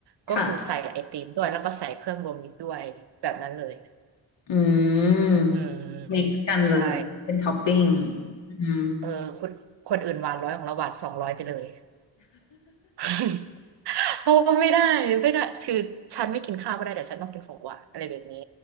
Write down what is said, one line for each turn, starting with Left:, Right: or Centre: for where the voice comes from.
Right: ก็คือใส่ไอติมด้วยแล้วก็ใส่เครื่องรวมมิตรด้วยแบบนั้นเลย
Left: ค่ะอืม
Right: อืม
Left: mix กันเลยเป็นท็อปปิ้ง
Right: ใช่
Left: อืม
Right: เออคนคนอื่นหวานร้อยของเราหวานสองร้อยไปเลย <laughs> เพราะว่าไม่ได้ไม่ได้คือฉันไม่กินข้าวก็ได้แต่ฉันต้องกินของหวานอะไรแบบนี้